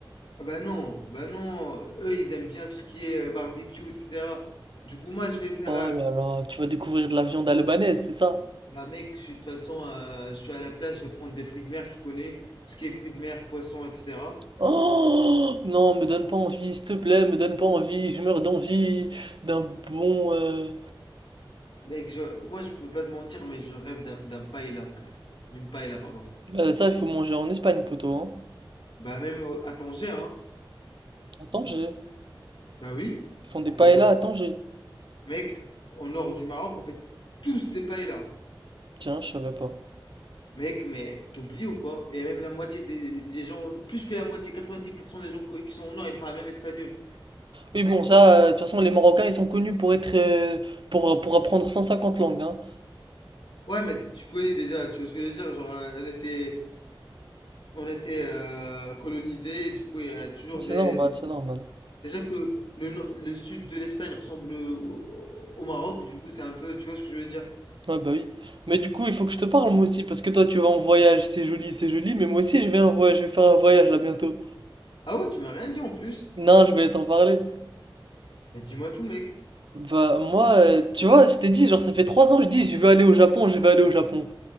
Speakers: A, on the left (about 65°); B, on the right (about 65°).
A: Ah, bah non, bah non. Eux, ils aiment bien tout ce qui est euh, barbecue, etc. Du coup, moi, je vais faire.
B: Oh
A: euh,
B: là là, tu vas découvrir de la viande albanaise, c'est ça?
A: Bah, mec, je suis de toute façon, euh, je suis à la plage, je vais prendre des fruits de mer, tu connais. Tout ce qui est fruits de mer, poissons, etc.
B: Oh non, me donne pas envie, s'il te plaît, me donne pas envie, je meurs d'envie d'un bon. euh.
A: Mec, je, moi, je peux pas te mentir, mais je rêve d'un d'un paella, frère. D'une paella, pardon.
B: Euh, ça, il faut manger en Espagne, poteau, hein.
A: Bah, même au- à Tanger, hein.
B: À Tanger.
A: Bah oui,
B: Ils font des
A: on
B: paella
A: fait beaucoup.
B: à Tanger.
A: Mec, au nord du Maroc, on fait tous des paellas.
B: Tiens, je savais pas.
A: Mec, mais t'oublies ou quoi? Et même la moitié des, des gens, plus que la moitié, 90% des gens qui sont au nord, ils parlent même espagnol.
B: Oui, bon, ça, euh, de toute façon, les Marocains, ils sont connus pour être. euh, pour, euh, pour apprendre 150 langues, hein.
A: Ouais, mais tu connais déjà, tu vois ce que je veux dire? Genre, euh, on était, On était euh, colonisés, et du coup, il y a toujours
B: C'est
A: des,
B: normal,
A: des-
B: c'est normal.
A: <laughs> Déjà que le, no- le sud de l'Espagne ressemble au, au Maroc, du coup, c'est un peu... Tu vois ce que je veux dire?
B: Ah bah oui. Mais du coup, il faut que je te parle, moi aussi, parce que toi, tu vas en voyage, c'est joli, c'est joli, mais moi aussi, je vais en voyage, je vais faire un voyage là bientôt.
A: Ah ouais, tu m'as rien dit en plus?
B: Non, je voulais t'en parler.
A: Mais dis-moi tout, mec.
B: Bah moi, euh, tu vois, je t'ai dit, genre ça fait trois ans que je dis je veux aller au Japon, je veux aller au Japon.